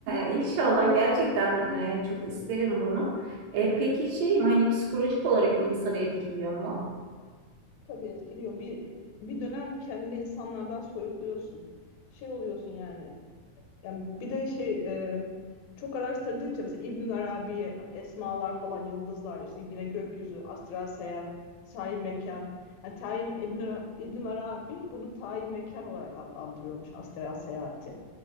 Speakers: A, on the right; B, on the left.
A: İnşallah gerçekten e, çok isterim bunu. E, peki şey mi hani psikolojik olarak insanı etkiliyor mu?
B: Tabii etkiliyor. Bir bir dönem kendini insanlardan soyutluyorsun. Şey oluyorsun yani. Yani bir de şey e, çok araştırdıkça mesela İbn Arabi, esmalar falan, yıldızlar işte yine gökyüzü, astral seyahat, tayin mekan. Yani tayin İbn, Ara- İbn Arabi bunu tayin mekan olarak adlandırıyormuş astral seyahati.